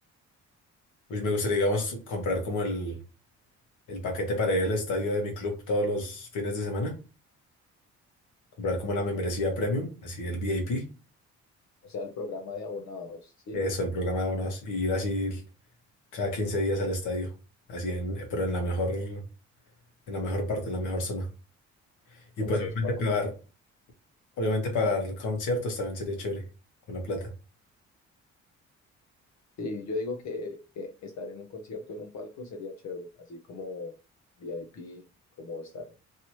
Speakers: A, on the left; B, on the left.
A: Pues me gustaría, digamos, comprar como el, el paquete para ir al estadio de mi club todos los fines de semana. Comprar como la membresía premium, así el VIP.
B: O sea, el programa de abonados, ¿sí?
A: Eso, el programa de abonados. Y ir así cada 15 días al estadio. Así en, pero en la mejor, en la mejor parte, en la mejor zona.
B: Como
A: Y pues
B: los
A: obviamente
B: palcos.
A: pagar, obviamente pagar conciertos también sería chévere, con la plata.
B: Sí, yo digo que eh, estar en un concierto en un palco sería chévere, así como VIP, como estar